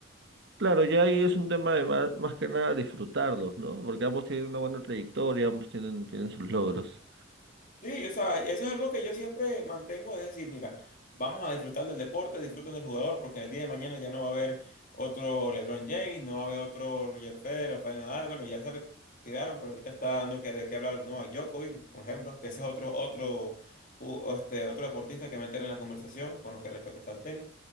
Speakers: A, on the right; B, on the left.
A: Claro, ya ahí es un tema de más, más que nada disfrutarlos, ¿no? Porque ambos tienen una buena trayectoria, ambos tienen, tienen sus logros.
B: Sí, o sea, eso es algo que yo siempre mantengo, es decir, mira, vamos a disfrutar del deporte, disfruten del jugador, porque el día de mañana ya no va a haber otro LeBron James, no va a haber otro Roger Federer, Rafael Nadal, bueno, ya se retiraron, pero ahorita está dando que, de qué hablar, no, a Djokovic, por ejemplo, que ese es otro, otro, u- este, otro deportista que meter en la conversación con lo que respecta al tenis.